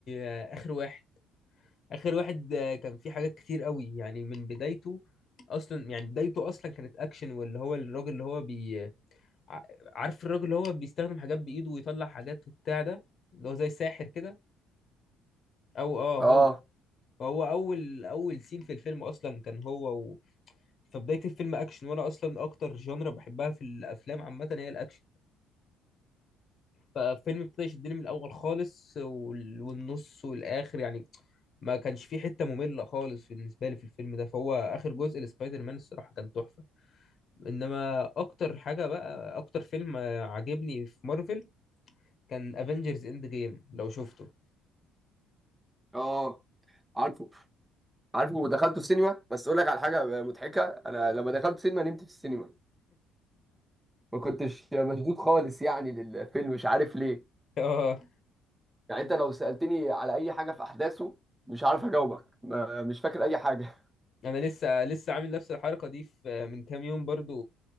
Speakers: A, on the left; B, on the right.
A: آه، اخر واحد اخر واحد آه، كان فيه حاجات كتير قوي يعني من بدايته اصلا يعني بدايته اصلا كانت اكشن واللي هو الراجل اللي هو بي ع- عارف الراجل اللي هو بيستخدم حاجات بايده ويطلع حاجات وبتاع ده اللي هو زي ساحر كده او اه
B: اه
A: هو هو اول اول سين في الفيلم اصلا كان هو و... فبداية الفيلم اكشن وانا اصلا اكتر جانرا بحبها في الافلام عامة هي الاكشن فالفيلم ابتدى يشدني من الاول خالص وال- والنص والاخر يعني ما كانش في حته ممله خالص بالنسبه لي في الفيلم ده فهو اخر جزء لسبايدر مان الصراحه كان تحفه انما اكتر حاجه بقى اكتر فيلم آه، عجبني في مارفل كان افنجرز اند جيم لو شفته
B: اه عارفه عارفه ودخلته في سينما بس اقول لك على حاجه مضحكه انا لما دخلت سينما نمت في السينما ما كنتش مشدود خالص يعني للفيلم مش عارف ليه
A: <laughs> اه
B: يعني انت لو سالتني على اي حاجه في احداثه مش عارف اجاوبك ما مش فاكر اي حاجه <laughs>
A: انا لسه لسه عامل نفس الحركه دي في آه، من كام يوم برضو